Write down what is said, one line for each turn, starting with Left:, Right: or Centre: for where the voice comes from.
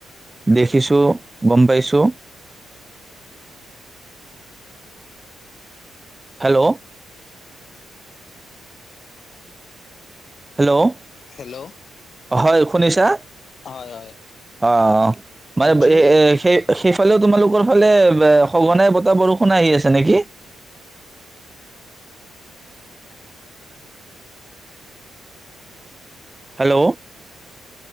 Right: দেখিছো, গম পাইছোঁ। হেল্ল'। হেল্ল',
Left: হেল্ল'
Right: হয় শুনিছা
Left: হয় হয়
Right: অ', মানে
Left: একচুৱেলি
Right: এ সেই সেইফালেও তোমালোকৰ কলে বহনে ব এটা বৰষুণ আহি আছে নেকি? <inaudible> হেল্ল'।